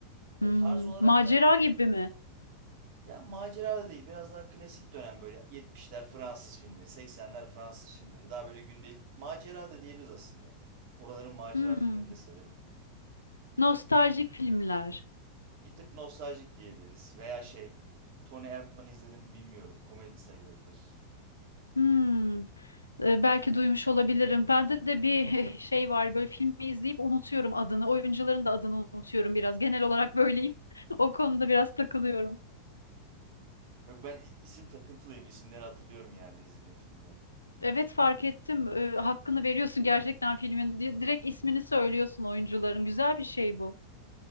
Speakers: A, on the right; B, on the left.
A: Ya
B: Hmm,
A: tarz olarak
B: macera
A: da
B: gibi mi?
A: ya macera da değil biraz daha klasik dönem böyle 70'ler Fransız filmleri, seksenler Fransız filmleri daha böyle gündelik macera da diyebiliriz aslında. Oraların macera
B: Hmm,
A: filmlerini de severim.
B: nostaljik filmler.
A: Bir tık nostaljik diyebiliriz veya şey Tony Erdmann'ı izledim mi bilmiyorum komedi sayılabilir.
B: Hmm, e, belki duymuş olabilirim. Bende de bir <laughs> şey var böyle filmi izleyip unutuyorum adını. Oyuncuların da adını unutuyorum biraz. Genel olarak böyleyim. <laughs> O konuda biraz takılıyorum.
A: Yok ben isim takıntılıyım isimleri hatırlıyorum yani izlediğim filmde.
B: Evet fark ettim. E, hakkını veriyorsun gerçekten filmin. Di- Direkt ismini söylüyorsun oyuncuların. Güzel bir şey bu.